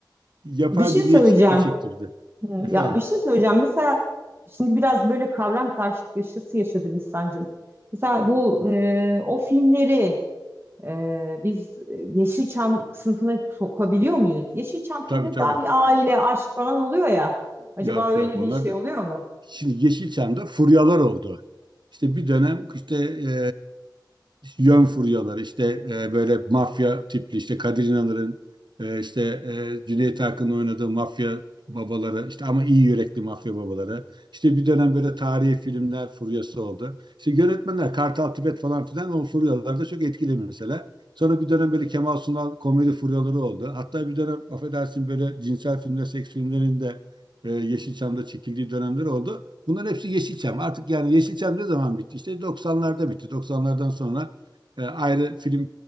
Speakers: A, on the right; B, on the right.
A: yapay
B: bir şey
A: milliyetçilik
B: söyleyeceğim.
A: mi çekti bizi?
B: Hı,
A: Efendim,
B: Ya bir şey söyleyeceğim. Mesela şimdi biraz böyle kavram karşılaşması yaşadım İhsan'cığım. Mesela bu e, o filmleri Ee, biz e, Yeşilçam sınıfına sokabiliyor muyuz? Yeşilçam filmde
A: tabii tabii.
B: daha bir aile, aşk falan oluyor ya. Acaba
A: Yok
B: öyle
A: yok onlar
B: bir şey
A: da.
B: oluyor mu?
A: Şimdi Yeşilçam'da furyalar oldu. İşte bir dönem işte e, yön furyaları işte e, böyle mafya tipli işte Kadir İnanır'ın e, işte e, Cüneyt Arkın'ın oynadığı mafya babaları işte ama iyi yürekli mafya babaları işte bir dönem böyle tarihi filmler furyası oldu. İşte yönetmenler Kartal Tibet falan filan o furyalarda çok etkili mesela. Sonra bir dönem böyle Kemal Sunal komedi furyaları oldu. Hatta bir dönem affedersin böyle cinsel filmler, seks filmlerinin de e, Yeşilçam'da çekildiği dönemler oldu. Bunların hepsi Yeşilçam. Artık yani Yeşilçam ne zaman bitti? İşte 90'larda bitti. 90'lardan sonra e, ayrı film